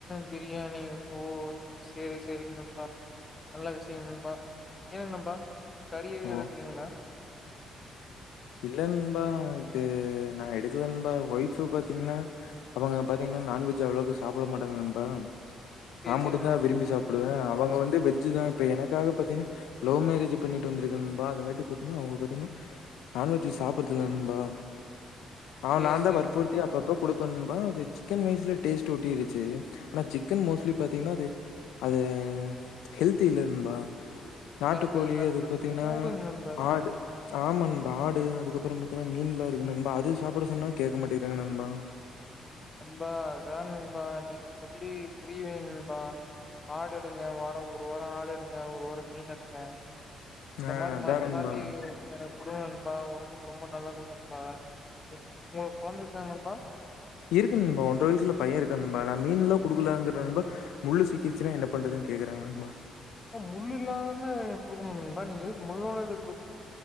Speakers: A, on the left; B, on the left.
A: பிரியாணி ஓ செரி செரிங் நண்பா நல்ல விஷயங் நண்பா என்ன நண்பா கறி எது எடுக்குலிங்ளா
B: ஓ இல்ல நண்பா இது நா எடுக்கல நண்பா ஒய்ஃப் பாத்திங்னா அவங்க பாத்திங் நான்வெஜ் அவ்ளக்க சாப்ட மாட்டாங்க நண்பா
A: சரி,
B: நா
A: சரி
B: மட்டுந்தா
A: நண்பா.
B: விரும்பி சாப்டுவே அவங் க வந்து வெஜ் தா இப்ப எனக்காக பாத்திங்னா லவ் மேரேஜ் பண்ணிட்டு வந்திருக்க நண்பா அதுங்காட்டி பாத்திங்னா அவுங்க பாத்திங்னா நான்வெஜ் சாப்பறதில்ல நண்பா அ
A: சரி,
B: நாந்தா
A: சரி
B: வற்புறுத்தி
A: நண்பா.
B: அப்பப்ப குடுப்ப நண்பா அது சிக்கன் ரைஸ்ல டேஸ்ட் ஒட்டிருச்சு ஆனா சிக்கன் மோஸ்ட்லி பாத்திங்னா அது அது ஹெல்த்தி இல்ல நண்பா நாட்டுக்கோழி
A: கரெக்ட், கரெக்ட்ங்க.
B: அது பாத்திங்னா
A: சூடுங்க நண்பா அது.
B: ஆடு ஆமா நண் ஆடு அதுக்கப்புற பாத்தினா மீன்லா இருக்கு நண்பா அது சாப்பட சொன்னா கேக்க மாட்டேங்கிறாங்க நண்பா
A: நண்பா அதுதா நண்பா நீங்க சொல்லி புரியவைங் நண்பா ஆடு எடுங்க வார ஒரு வார ஆடு எடுங்க ஒரு வார மீன் எடுங்க இந்த
B: ஆ
A: மாரி
B: அதான்
A: மாத்தி
B: நண்பா.
A: மாத்தி அ குடு நண்பா ஒடம்புக்கு ரொம்ப நல்லது நண்பா உங்களுக்கு கொழந்தை இருக்காங் நண்பா
B: கு நண்பா ஒன்ற வயசுல பைய இருக்கா நண்பா நா மீன்லா குடுக்லாங்கற நண்பா முள்ளு சிக்கிருச்சுனா என்ன பண்றதுன் கேக்குறாங்க ந ண்பா
A: ப்ப முள் இல்லாம குடுக்கணு நண்பா நீங்க எதுக்கு முள்ளோட எதுக்